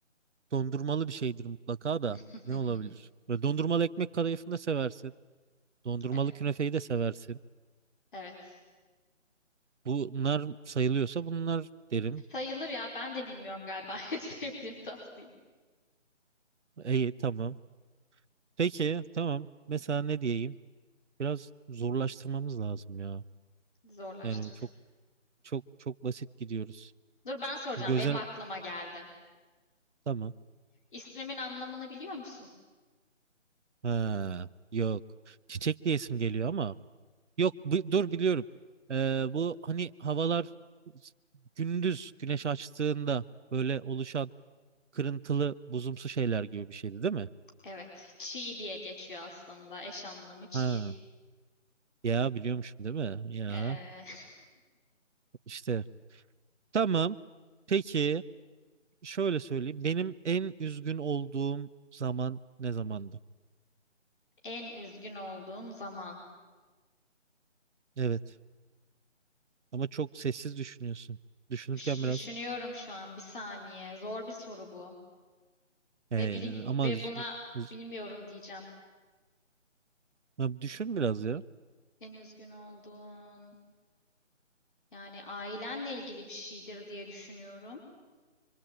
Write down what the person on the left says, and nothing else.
<laughs>
E-
Evet.
Sayılır ya. Ben de bilmiyorum galiba <laughs> en sevdiğim tatlıyı.
Zorlaştırır.
Dur ben soracağım.
Benim aklıma geldi.
İsmimin anlamını biliyor musun?
Evet. Çiğ diye geçiyor aslında. Eş anlamı çiğ.
Ee,
<laughs> en üzgün olduğun zaman.
Düş- düşünüyorum
şu an bir saniye. Zor bir soru bu.
Ve bilim
ve
buna
bilmiyorum diyeceğim.
En üzgün olduğun yani ailenle ilgili bir şeydir diye düşünüyorum.